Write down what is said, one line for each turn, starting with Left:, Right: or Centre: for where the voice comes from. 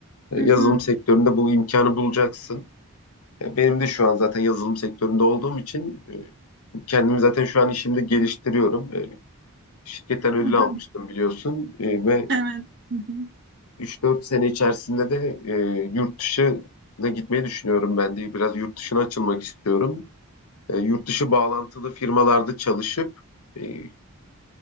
Left: E,
Right: hı
Left: Yazılım
Right: hı,
Left: sektöründe bu imkanı bulacaksın. E, Benim de şu an zaten yazılım sektöründe olduğum için e, kendimi zaten şu an işimde geliştiriyorum. E, Şirketten ödül
Right: hı hı.
Left: almıştım biliyorsun E, ve
Right: Evet. Hı hı.
Left: 3-4 sene içerisinde de e, yurt dışına gitmeyi düşünüyorum ben de. Biraz yurt dışına açılmak istiyorum. E, yurt dışı bağlantılı firmalarda çalışıp e,